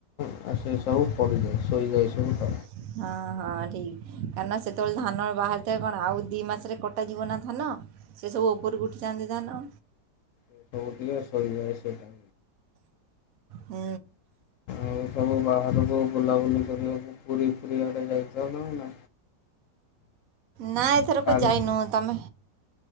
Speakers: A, on the left; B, on the right.
A: ଆଉ ସେ ସବୁ ପଡ଼ିଯାଏ ଶୋଇଯାଏ ସବୁ ତଳେ।
B: <inaudible> ହଁ ହଁ ଠିକ କାହିଁକି ନା ସେତେବେଳେ ଧାନ ବାହାରିଥା ଏ କଣ ଆଉ ଦି ମାସରେ କଟା ଯିବ ନା ଧାନ। ସେ ସବୁ ଉପରକୁ ଉଠି ଯାଆନ୍ତି ଧାନ।
A: ଏ ସବୁ ଟିକେ ଶୋଇଯାଏ ସେଟା।
B: ହୁ
A: ଆଉ ସବୁ ବାହାରକୁ ବୁଲାବୁଲି କରିବାକୁ ପୁରୀ ପୁରୀ ଆଡ଼େ ଯାଇ ଜଣ ନା
B: ନା ଏଥରକ
A: କାଲି
B: ଯାଇନୁ ତମେ